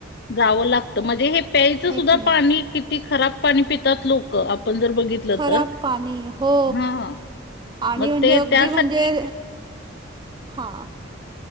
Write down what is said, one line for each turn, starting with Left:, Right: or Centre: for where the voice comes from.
Left: जावं लागतं म्हणजे हे प्यायचं
Right: हे
Left: सुद्धा
Right: की नाही
Left: पाणी किती खराब पाणी पितात लोक आपण जर बघितलं
Right: खराब
Left: तर,
Right: पाणी हो
Left: हां हां
Right: आणि
Left: मग
Right: म्हणजे
Left: ते
Right: अगदी
Left: त्यासाठी
Right: म्हणजे हां.